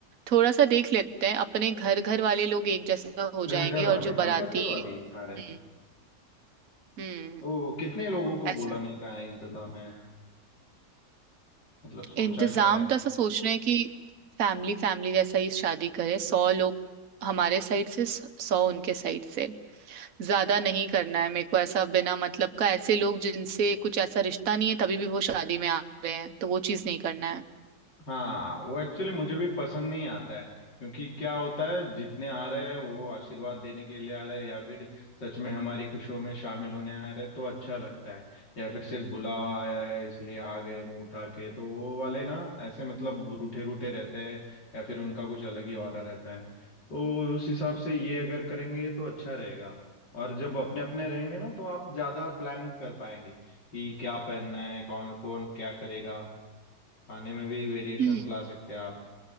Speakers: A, on the right; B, on the left.
A: थोड़ा सा देख लेते हैं अपने घर घर वाले लोग एक जैसा हो जाएंगे
B: घर घर
A: और
B: वाले
A: जो बाराती
B: हाँ घर घर वाले ही सारे
A: हम्म हम्म
B: ओ कितने लोगों को
A: ऐसा
B: बोला नहीं का है इंतजाम है मतलब सोचा
A: इंतजाम
B: क्या है
A: तो ऐसा सोच रहे हैं कि फैमिली फैमिली जैसा ही शादी करे सौ लोग हमारे साइड से सौ उनके साइड से ज्यादा नहीं करना है मेरे को ऐसा बिना मतलब का ऐसे लोग जिनसे कुछ ऐसा रिश्ता नहीं है तभी भी वो शादी में आ रहे हैं तो वो चीज नहीं करना है
B: हाँ वो एक्चुअली मुझे भी पसंद नहीं आता है क्योंकि क्या होता है जितने आ रहे हैं वो आशीर्वाद देने के लिए आ रहे हैं या फिर सच में हमारी खुशियों में शामिल होने आ रहे हैं तो अच्छा लगता है या फिर सिर्फ बुलावा आया है इसलिए आ गए मुंह उठा के तो वो वाले ना ऐसे मतलब रूठे रूठे रहते हैं या फिर उनका कुछ अलग ही ऑरा रहता है तो उस हिसाब से ये अगर करेंगे तो अच्छा रहेगा और जब अपने अपने रहेंगे ना तो आप ज्यादा प्लान कर पाएंगे कि क्या पहनना है कौन कौन क्या करेगा खाने में भी वेरिएशंस
A: हम्म
B: ला सकते हैं आप